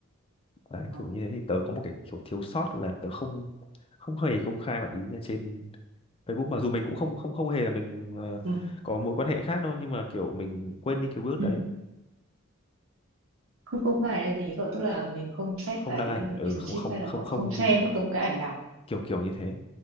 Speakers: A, on the left; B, on the right.
A: đấy,
B: Ờ.
A: kiểu như thế thì tớ có một cái kiểu thiếu sót là tớ không không hề công khai bạn ý ở trên Facebook mặc dù mình cũng không không không hề là mình ờ,
B: Ừ.
A: có mối quan hệ khác đâu nhưng mà kiểu mình quên đi cái bước
B: Ừ.
A: đấy
B: Không, không phải là gì cậu Tức là mình không xét
A: không
B: cái
A: đăng ảnh ừ
B: relationship
A: không không
B: hay là
A: không
B: cậu
A: không
B: không share bất cứ một cái ảnh nào
A: kiểu kiểu như thế